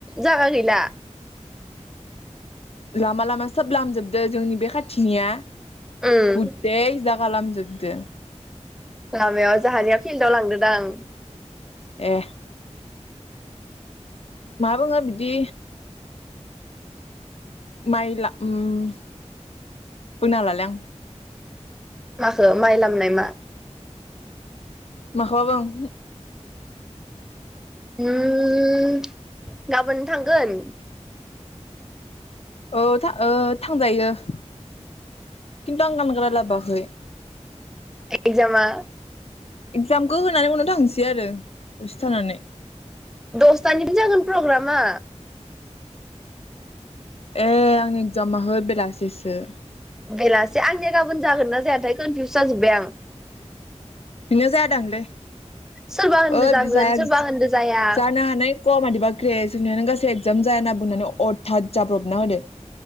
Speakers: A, in the centre; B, on the left.
A: जागा गैला।
B: लामा लामा सोब लामजोबदो जोंनि बे खाथिनिया।
A: उम
B: गुते जागा लामजोब दो।
A: लामायाव जाहानिया फिल्डाव लांदो दां।
B: ए मा बुंङो बिदि माइला उम बोनालालै आं
A: माखो माइ लामनाय मा?
B: माखोबा बुं
A: उम गाबोन थांगोन।
B: औ थां ओ थांजायो। किन्थु आं गानग्रा लाबोयाखै।
A: एकजामा
B: एक्जामखौ होनानै उनाव थांसै आरो। उसथानानै
A: दसथा <unintelligible> जागोन प्रग्रामा।
B: ए आंनि एगजामा हो बेलासिसो।
A: बेलासे आंनिया गाबोन जागोन ना जायाथाय कनफिउस जाजोब्बाय आं।
B: नोंनिया जाया दांलै।
A: सोरबा होनदो
B: ओ
A: जागोन
B: जाया
A: सोरबा होनदो जाया
B: जानो हानाय क मादिबा <unintelligible> नो गासै एगजाम जाया होनना बुंनानै अरथाद जाब्रबना होदो।